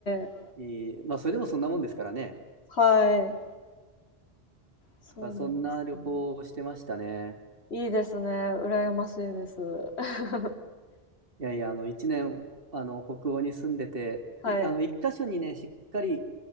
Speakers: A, on the left; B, on the right.
A: え。
B: えーまあ、それでもそんなもんですからね。
A: はい。そうなんですね。
B: とか、そんな旅行をしてましたね。
A: いいですね、羨ましいです。<laughs>
B: いやいや、あの、一年、あの、北欧に住んでて、
A: はい。
B: い、あの、一箇所にね、しっかり